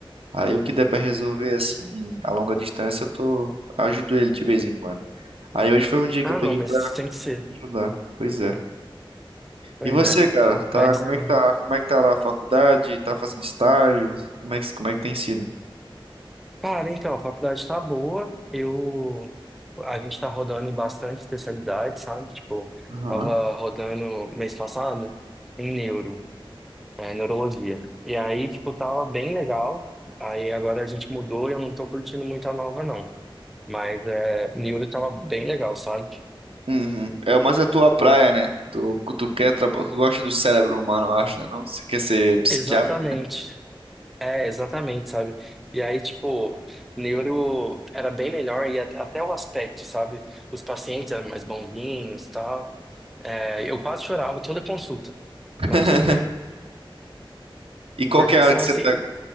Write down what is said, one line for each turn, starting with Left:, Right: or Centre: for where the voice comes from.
Right: Aí o que der pra resolver assim a longa distância, eu tô ajudo ele de vez em quando. Aí hoje foi um dia que
Centre: Ah,
Right: eu peguei
Centre: não, mas
Right: pra
Centre: tem que ser.
Right: ajudar. Pois é.
Centre: Pois
Right: E você,
Centre: é.
Right: cara? Tá,
Centre: Mas,
Right: como
Centre: é...
Right: é que tá? Como é que tá lá a faculdade? Tá fazendo estágios? Como é que, como é que tem sido?
Centre: cara, então, a faculdade tá boa. Eu... A gente tá rodando em bastante especialidade, sabe? Tipo,
Right: Aham.
Centre: tava rodando mês passado em neuro, é, neurologia. E aí, tipo, tava bem legal. Aí agora a gente mudou e eu não tô curtindo muito a nova, não. Mas é, Niobe tava bem legal, sabe?
Right: Uhum. É mais a tua praia, né? Tu, tu quer, traba- tu gosta do cérebro humano, eu acho, né? Não? Você quer ser psiquiatra,
Centre: Exatamente.
Right: né?
Centre: É, exatamente, sabe? E aí, tipo, neuro era bem melhor e at- até o aspecto, sabe? Os pacientes eram mais bonzinhos e tal. É, eu quase chorava toda consulta,
Right: <laughs>
Centre: mas tudo bem.
Right: E qual
Centre: Porque
Right: que é a
Centre: são
Right: área que
Centre: assim.
Right: você tá...